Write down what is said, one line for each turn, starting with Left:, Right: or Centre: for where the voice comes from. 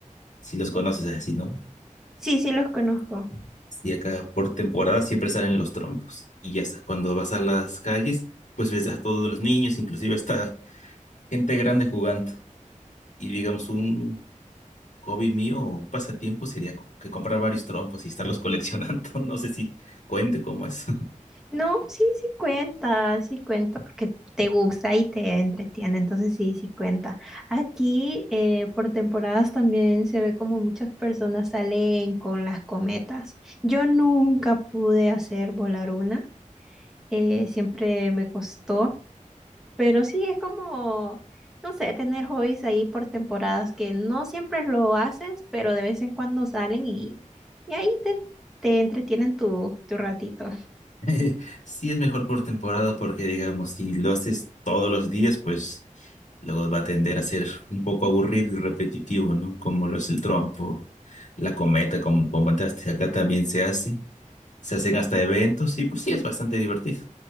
Left: si los conoces así, ¿no?
Centre: Sí, sí los conozco.
Left: Y acá por temporada siempre salen los trompos. Y ya sabes, cuando vas a las calles, pues ves a todos los niños, inclusive hasta gente grande jugando. Y digamos, un hobby mío o un pasatiempo sería co- que comprar varios trompos y estarlos coleccionando. <laughs> No sé si cuente cómo es.
Centre: No, sí, sí cuenta, sí cuenta, porque te gusta y te entretiene, entonces sí, sí cuenta. Aquí eh, por temporadas también se ve como muchas personas salen con las cometas. Yo nunca pude hacer volar una, eh, siempre me costó, pero sí es como, no sé, tener hobbies ahí por temporadas que no siempre lo haces, pero de vez en cuando salen y, y ahí te, te entretienen tu, tu ratito.
Left: <laughs> Sí es mejor por temporada porque, digamos, si lo haces todos los días, pues luego va a tender a ser un poco aburrido y repetitivo, ¿no? Como lo es el trompo, la cometa, como comentaste, acá también se hace. Se hacen hasta eventos y pues sí es bastante divertido.